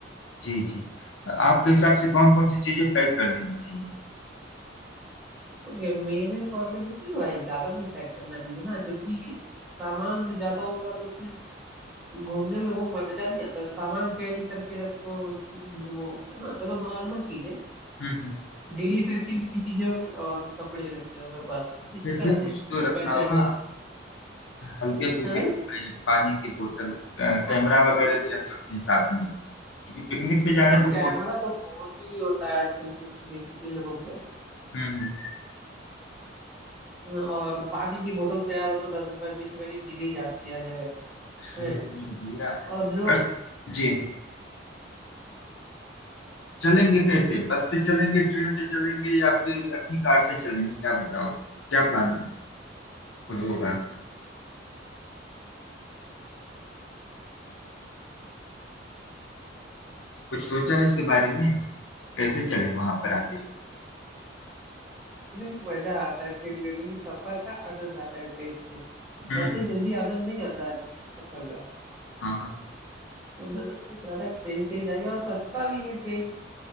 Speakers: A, on the left; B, in the centre.
A: जी जी आपके हिसाब से कौन कौन सी चीजें पैक कर लेनी चाहिए
B: तो मेरे अकॉर्डिंग तो भाई ज्यादा नहीं पैक करना चाहिए ना क्योंकि सामान ले ज्यादा होगा तो फिर घूमने में वो मजा नहीं आता सामान कैरी करके रखो कि घूमो है ना देखो नॉर्मल चीजें
A: हम्म हम्म।
B: डेली एसेंशियल की चीजें हो गई और कपड़े लगते हो गए बस इससे
A: फिर
B: ज्यादा
A: भी
B: नहीं
A: कुछ तो
B: और
A: रखना
B: पैसे
A: होगा
B: लगे
A: हल्के फुल्के
B: हैं भाई
A: कपड़े पानी की बोतल क- कैमरा
B: हाँ
A: वगैरह भी रख सकते हैं साथ में क्योंकि पिकनिक पे जा रहे
B: हाँ
A: हैं तो फोटो
B: कैमरा तो फोन में ही होता है आजकल तो बेसिकली लोगों के
A: हम्म हम्म,
B: और पानी की बोतल तो यार वो तो दस रुपए बीस रुपए की मिल ही जाती है हर जगह
A: सही
B: है
A: है मेरे भैया
B: और जो
A: और- जी चलेंगे कैसे बस से चलेंगे ट्रेन से चलेंगे या फिर अपनी कार से चलेंगे क्या बताओ क्या प्लान होगा कुछ सोचा है इसके बारे में कैसे चलें वहां पर आके
B: एकदम मजा आता है ट्रेन में लेकिन सफर का आनंद आता है ट्रेन से
A: हम्म हम्म,
B: ऐसे जल्दी आनंद नहीं आता है सफर का
A: हाँ हाँ
B: तो मैं तो सोच रहा था ट्रेन से ही जाएंगे और सस्ता भी है ट्रेन